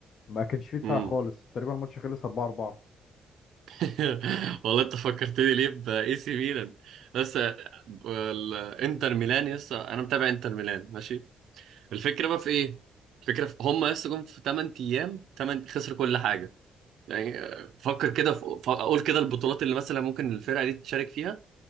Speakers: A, on the left; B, on the right.
A: ما كانش فيه دفاع
B: مم.
A: خالص تقريبا الماتش خلص 4 4
B: <laughs> والله انت فكرتني ليه باي سي ميلان بس الانتر ميلان يس انا متابع انتر ميلان ماشي الفكره بقى في ايه الفكره في هم يس جم في 8 ايام 8 خسروا كل حاجه يعني آه، فكر كده في... ف- اقول كده البطولات اللي مثلا ممكن الفرقه دي تشارك فيها